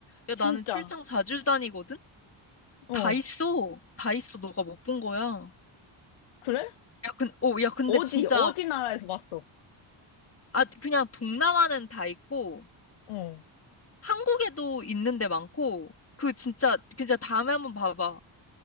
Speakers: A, on the left (about 30°); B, on the left (about 85°).
A: 야,
B: 진짜.
A: 나는 출장 자주 다니거든?
B: 어.
A: 다 있어. 다 있어. 너가 못 본 거야.
B: 그래?
A: 야, 근, 오, 야, 근데
B: 어디,
A: 진짜,
B: 어디 나라에서 봤어?
A: 아, 그냥 동남아는 다 있고,
B: 어.
A: 한국에도 있는 데 많고, 그 진짜, 진짜 다음에 한번 봐봐.